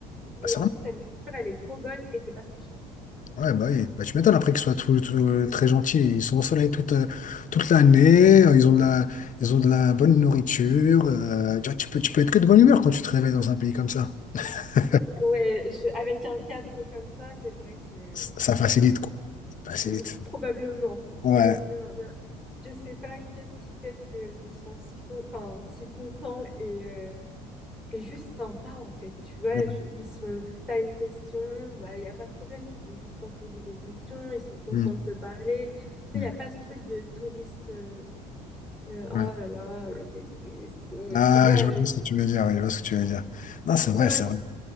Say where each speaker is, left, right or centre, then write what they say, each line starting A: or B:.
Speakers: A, in the centre; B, on the left (about 40°).
A: et
B: bah, c'est
A: en
B: vraiment.
A: plus, la nourriture, elle est trop bonne et c'est pas très cher.
B: Ouais, bah oui, bah, tu m'étonnes après qu'ils soient tout, tout, euh, très gentils. Ils sont au soleil toute, euh, toute l'année, euh, ils ont de la, ils ont de la bonne nourriture. euh, tu vois, tu peux, tu peux être que de bonne humeur quand tu te réveilles dans un pays comme ça. <laughs>
A: Ouais, je- avec un cadre comme ça, c'est vrai que
B: Ça facilite,
A: enfin,
B: quoi. Ça facilite.
A: euh, probablement,
B: Ouais.
A: probablement. Mais Je sais pas qu'est-ce qui fait qu'ils sont si con- enfin si contents et euh, et juste sympas en fait. Tu vois,
B: Ouais.
A: je- ils sont. T'as une question, bah y a pas de problème, tu peux juste leur poser des questions. Ils sont contents
B: Mm.
A: de te parler. Tu
B: Mm.
A: sais, y a pas ce truc de touriste. euh, euh, oh
B: Ouais.
A: là là, avec des touristes. ou-
B: Ah,
A: Tu vois.
B: je vois juste
A: euh,
B: ce que tu veux dire, oui, je vois ce que tu veux dire. Non, c'est vrai,
A: Non,
B: c'est
A: ils
B: vrai.